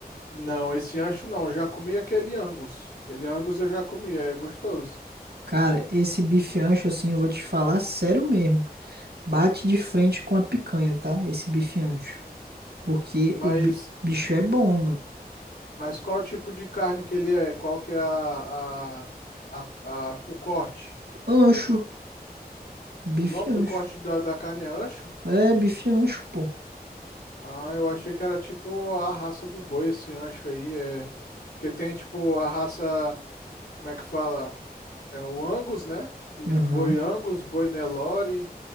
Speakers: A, on the left (about 85°); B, on the right (about 80°).
A: Não, esse ancho não. Eu já comi aquele Angus. Aquele Angus eu já comi, é gostoso.
B: Cara, esse bife ancho, assim, eu vou te falar sério mesmo. Bate de frente com a picanha, tá? Esse bife ancho. Porque
A: Mas,
B: o bi- bicho é bom, mano.
A: mas qual tipo de carne que ele é? Qual que é a, a, a, a- o corte?
B: Ancho. Bife
A: O nome
B: ancho.
A: do corte da, da carne é ancho?
B: É, bife ancho, pô.
A: Ah, eu achei que era tipo a raça do boi, esse ancho aí. É... Porque tem tipo a raça, como é que fala? É o Angus, né? O
B: Aham.
A: boi Angus, boi Nelore.